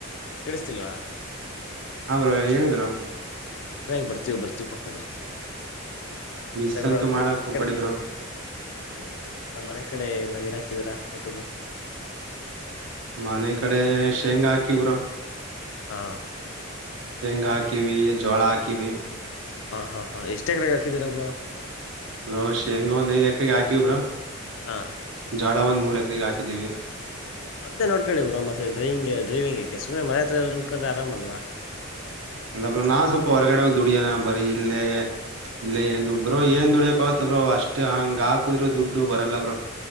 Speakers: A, on the left (about 60°); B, on the right (about 65°).
A: ಕಡಿಸ್ತಿಲ್ವಾ?
B: ಹಾ ಬ್ರೋ ಹೇಳಿ ಬ್ರೋ.
A: ಅದೇ ಬರ್ತೀವಿ ಬರ್ತೀವಿ ಪಕ್ಕ ಬರ್ತೀವಿ.
B: ಮಿಸ್
A: ಮತ್ತೆಬ್ರು
B: ಅಂತೂ ಮಾಡಕ್
A: ಮನೆ
B: ಹೋಗ್ಬೇಡಿ
A: ಕಡೆ
B: ಬ್ರೋ
A: ಬರ್ತಿವಿ ಅ ಮನೆ ಕಡೆ ಏನ ಏನಾಕಿದರಾ ತೊಟಗಳು
B: ಮನೆ ಕಡೆ ಶೇಂಗ ಹಾಕಿವ ಬ್ರೋ
A: ಹಾ
B: ಶೇಂಗಾ ಹಾಕಿವಿ ಜೋಳ ಹಾಕಿವಿ.
A: ಹಾ ಹಾ ಹಾ ಎಷ್ಟ ಎಕರೆ ಹಾಕಿದಾರಾ ಬ್ರೋ
B: ಬ್ರೋ ಹೆಂಗ ಒಂದ ಐದ ಎಕರೆಗೆ ಹಾಕಿವಿ ಬ್ರೋ <unintelligible>
A: ಹಾಂ <unintelligible>
B: ಜೋಳ ಒಂದ್ ಮೂರ ಎಕರೆಗೆ ಹಾಕಿದ್ದೀವಿ
A: ಅದೇ ನೋಡ್ಕಿರ ಮತ್ತ ಡ್ರೈವಿಂಗ್, ಡೈವಿಂಗ್ಗೆಕ ಸುಮ್ನೆ ಹತ್ರ ಇದ್ರೆ ನೋಕ್ರ ಆರಾಮಲ್ವಾ
B: ಅಂದ ನಾನ್ ಸ್ವಲ್ಪ ಹೊರಗಡೆ ಹೋಗಿ ದುಡಿಯನ ಬರೀ ಇಲ್ಲೇ ಇಲ್ಲ ಏನ್ ದುಡ್ ಬ್ರೋ ಏನ್ ದುಡಿಯಕ ಅವತ್ ಬ್ರೋ ಅಷ್ಟೇ ಹಂಗ ಹಾಕುದ್ರು ದುಡ್ಡು ಬರಲ್ಲ ಬ್ರೋ